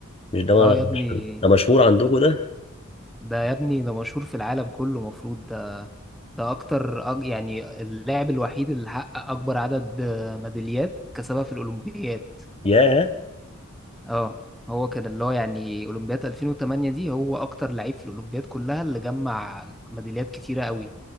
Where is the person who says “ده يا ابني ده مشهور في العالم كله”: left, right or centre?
Centre